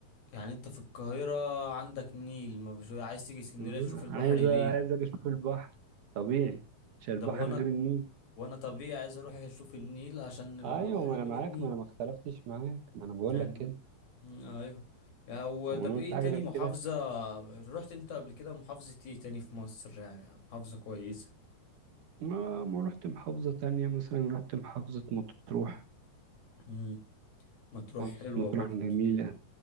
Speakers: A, on the left (about 70°); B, on the right (about 70°).
A: يعني انت في القاهره عندك نيل ما بش... عايز تيجي اسكندريه
B: آه،
A: تشوف البحر
B: عايز
A: ليه
B: عايز أجي اشوف البحر طبيعي مش البحر
A: ده وانا
B: غير النيل
A: وانا طبيعي عايز اروح اشوف النيل عشان البحر
B: ايوه ما
A: غير
B: انا معاك
A: النيل
B: ما انا ما اختلفتش معاك ما انا بقول
A: يعني
B: لك كده
A: مم، ايوه يعني هو
B: وانا
A: ده بايه
B: قلت حاجه
A: تاني
B: غير
A: محافظة
B: كده
A: رحت انت قبل كده محافظة ايه تاني في مصر يعني محافظة كويسة
B: ما ما رحت محافظه تانية مثلا رحت محافظه مطروح
A: مم. مطروح
B: محافظه
A: حلوة
B: مطروح
A: برضه
B: جميله